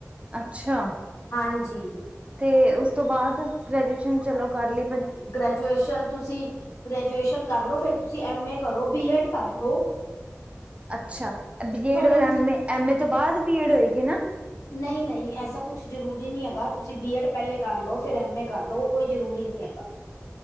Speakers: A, on the right; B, on the left.
A: ਅੱਛਾ
B: ਹਾਂਜੀ।
A: ਤੇ ਉਸ ਤੋਂ ਬਾਅਦ, ਗਰੇਜੂਏਸ਼ਨ ਚਲੋ ਕਰਲੀ
B: ਗ੍ਰੈਜੂਏਸ਼ਨ ਤੁਸੀਂ, ਗ੍ਰੈਜੂਏਸ਼ਨ ਕਰ ਲੋ ਫਿਰ ਤੁਸੀਂ ਐਮ ਏ ਕਰੋ ਬੀ ਐਡ ਕਰ ਲੋ,
A: ਅੱਛਾ ਬੀਏਡ
B: ਹਾਂਜੀ।
A: ਔਰ ਐਮ ਏ ਐਮ ਏ ਤੋਂ ਬਾਅਦ, ਬੀਏਡ ਹੋਏਗੀ ਨਾ
B: ਨਹੀਂ- ਨਹੀਂ ਐਸਾ ਕੁਛ ਜ਼ਰੂਰੀ ਨਹੀਂ ਹੈਗਾ, ਤੁਸੀਂ ਬੀ ਐਡ ਪਹਿਲੇ ਕਰ ਲਓ, ਫਿਰ ਐਮ ਏ ਕਰ ਲਓ ਉਹ ਕੋਈ ਜ਼ਰੂਰੀ ਨਹੀਂ ਹੈਗਾ